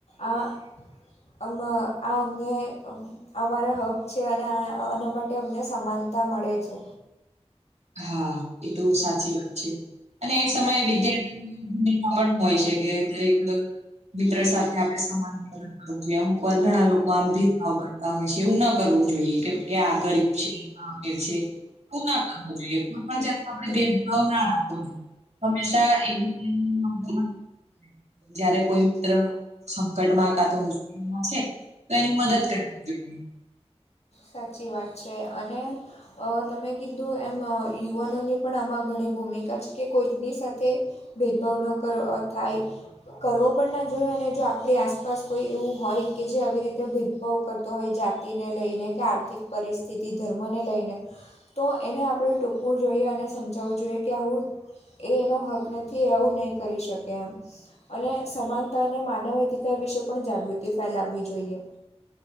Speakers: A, on the left (about 70°); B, on the right (about 80°).
A: આ અમ આ અમને અમારા હક છે. અને આ આના માટે અમને સમાનતા મળે છે.
B: હા, એ તો સાચી વાત છે. અને એ સમયે વિદ્યાર્થીની ભૂમિકા પણ હોય છે. કે દરેક મિત્ર સાથે આપણે સમાન <inaudible> <unintelligible> અમુકવાર ઘણા લોકો આમ ભેદભાવ કરતા હોય છે. એવું ન કરવું જોઈએ, કે-કે આ ગરીબ છે. <unintelligible> <unintelligible> કોઈ પણ જાતમાં આપણે ભેદભાવ ના રાખવો જોઈએ. હંમેશા <unintelligible> <unintelligible> જયારે કોઈ મિત્ર સંકટમાં કા તો મુશ્કેલીમાં છે. તો એની મદદ કરવી જોઈએ.
A: સાચી વાત છે અને. અ તમે કીધું એમ યુવાનોની પણ આમાં ઘણી ભૂમિકા છે કે કોઈક ની સાથે. ભેદભાવ ન કરો. થાય. કરવો પણ ના જો ઈ એ અને જો આપણી આસપાસ કોઈ એવું હોય કે જે આવી રીતે. ભેદભાવ કરતો હોય જાતિને લઈને કે આર્થિક પરિસ્થિતિ ધર્મને લઈને. તો એને આપણે ટોકવું જોઈએ અને સમજાવવું જોઈએ કે આવું. એ એનો હક નથી. આવું નઈ કરી શકે એમ. અને સમાનતા અને માનવ અધિકાર વિશે પણ જાગૃતિ ફેલાવવી જોઈએ.